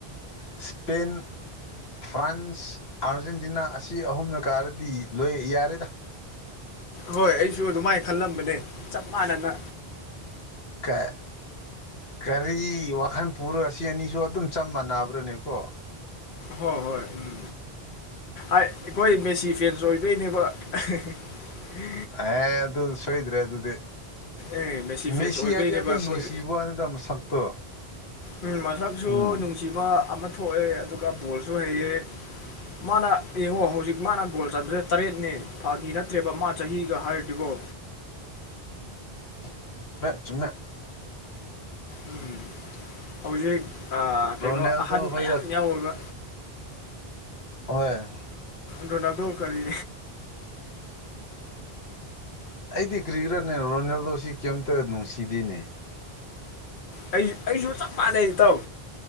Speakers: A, on the left (about 75°); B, on the left (about 60°).
A: ꯏꯁꯄꯦꯟ ꯐ꯭ꯔꯥꯟꯁ ꯑꯥꯔꯖꯦꯟꯇꯤꯅꯥ ꯑꯁꯤ ꯑꯍꯨꯝꯅ ꯀꯥꯔꯗꯤ ꯂꯣꯏ ꯌꯥꯔꯦꯗ
B: ꯍꯣꯏ ꯑꯩꯁꯨ ꯑꯗꯨꯃꯥꯏꯅ ꯈꯜꯂꯝꯕꯅꯦ ꯆꯞ ꯃꯥꯟꯅꯅ
A: ꯀ ꯀꯔꯤ ꯋꯥꯈꯜ ꯄꯨꯔ ꯁꯤ ꯑꯅꯤꯁꯨ ꯑꯗꯨꯝ ꯆꯞ ꯃꯥꯟꯅꯕ꯭ꯔꯅꯦꯀꯣ
B: ꯍꯣꯏ ꯍꯣꯏ ꯎꯝ ꯑꯩꯈꯣꯏ ꯃꯦꯁꯤ ꯐꯦꯟꯁ ꯑꯣꯏꯕꯩꯅꯦꯕ <unintelligible>
A: ꯑ ꯑꯗꯨ ꯁꯣꯏꯗ꯭ꯔꯦ ꯑꯗꯨ ꯑꯗꯨꯗꯤ
B: ꯑꯦ
A: ꯃꯦꯁꯤ
B: ꯐꯦꯟꯁ ꯑꯣꯏꯕꯩꯅꯦꯕ
A: ꯍꯥꯏꯗꯤ ꯑꯗꯨꯝ
B: ꯑꯩꯈꯣꯏ
A: ꯅꯨꯡꯁꯤꯕ ꯖꯥꯅꯤꯗ ꯃꯁꯛꯇꯣ
B: ꯎꯝ ꯃꯁꯛꯁꯨ
A: ꯎꯝ
B: ꯅꯨꯡꯁꯤꯕ ꯑꯃ ꯊꯣꯛꯑꯦ ꯑꯗꯨꯒ ꯕꯣꯜꯁꯨ ꯍꯩꯌꯦ ꯃꯥꯅ ꯌꯦꯡꯉꯣ ꯍꯧꯖꯤꯛ ꯃꯥꯅ ꯒꯣꯜ ꯆꯟꯗꯦ ꯇꯔꯦꯠꯅꯦ ꯐꯥꯒꯤ ꯅꯠꯇ꯭ꯔꯦꯕ ꯃꯥ ꯆꯍꯤꯒ ꯍꯥꯏꯔꯗꯤꯒꯣ
A: <unintelligible> ꯆꯨ ꯆꯨꯝ‌ꯦ
B: ꯎꯝ ꯍꯧꯖꯤꯛ ꯑ
A: ꯔꯣꯅꯦꯜꯗꯣ
B: ꯀꯩꯅꯣ ꯑꯍꯟ
A: ꯍꯣꯏꯒ
B: ꯃꯌꯥꯝ ꯌꯥꯎꯋ‌ꯦꯕ
A: ꯍꯣꯏ
B: ꯔꫭꯅꯜꯗꫭ ꯀꯔꯤ
A: ꯑꯩꯗꯤ ꯀ꯭ꯔꯤꯒ꯭ꯔꯅꯦ ꯔꯣꯅꯥꯜꯗꯣꯁꯤ ꯀꯩꯝꯇ ꯅꯨꯡꯁꯤꯗꯤꯅꯦ
B: ꯑꯩꯁꯨ ꯑꯩꯁꯨ ꯆꯞ ꯃꯥꯟꯅꯩ ꯏꯇꯥꯎ